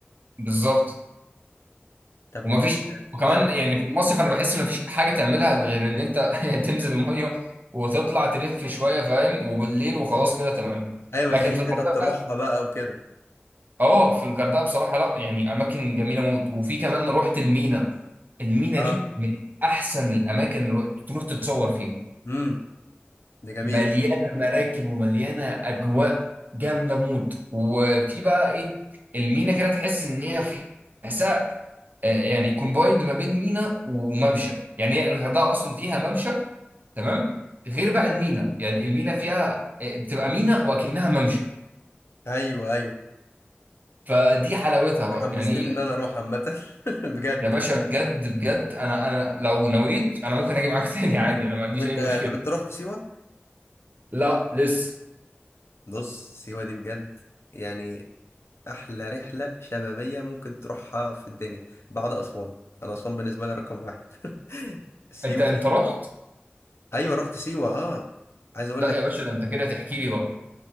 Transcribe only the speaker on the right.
بالظبط
ومفيش
وكمان
يعني في المصيف انا بحس ان مفيش حاجه تعملها غير ان انت <laughs> تنزل الميه وتطلع تلف شويه فاهم وبالليل وخلاص كده تمام
لكن
في الغردقه
اه في الغردقه بصراحه لا يعني اماكن جميله موت وفي كمان رحت المينا المينا
دي من احسن الاماكن اللي تروح تتصور فيها
مليانه مراكب ومليانه اجواء جامده موت وفي بقى ايه المينا كده تحس ان هي في تحسها آه، يعني كومبايند ما بين مينا وممشى يعني هي الغردقه اصلا فيها ممشى تمام غير بقى المينا يعني المينا فيها آه، بتبقى مينا وكأنها ممشى
فدي حلاوتها بقى
يعني
يا باشا بجد بجد انا انا لو نويت انا ممكن اجي معاك <laughs> تاني عادي انا ما عنديش
اي مشكله
لا لسه
انت انت رحت
لا
يا باشا ده انت كده تحكي لي بقى